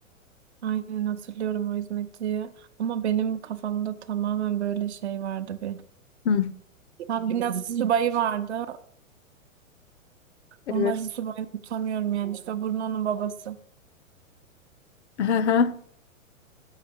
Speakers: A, on the right; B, on the left.
A: aynen hatırlıyorum o hizmetçiyi. Ama benim kafamda tamamen böyle şey vardı bir.
B: Hı.
A: Ha, bir Nazi subayı vardı.
B: Evet.
A: O Nazi subayını tutamıyorum yani. İşte o Bruno'nun babası.
B: <laughs>